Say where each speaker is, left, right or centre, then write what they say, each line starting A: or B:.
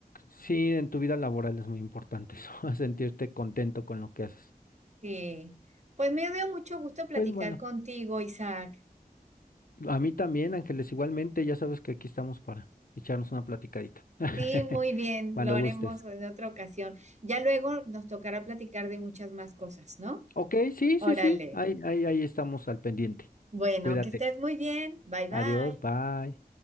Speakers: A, on the left; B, on the right.
A: Sí, en tu vida laboral es muy importante eso, <laughs> sentirte contento con lo que haces.
B: Sí, pues me dio mucho gusto platicar
A: Pues bueno,
B: contigo, Isaac.
A: a mí también, Ángeles, igualmente, ya sabes que aquí estamos para echarnos una platicadita, <laughs>
B: Sí, muy bien,
A: cuando
B: lo haremos
A: gustes.
B: en otra ocasión. Ya luego nos tocará platicar de muchas más cosas, ¿no?
A: Ok, sí,
B: Órale.
A: sí, sí, ahí, ahí, ahí estamos al pendiente.
B: Bueno,
A: Cuídate.
B: que estés muy bien. Bye bye.
A: Adiós, bye.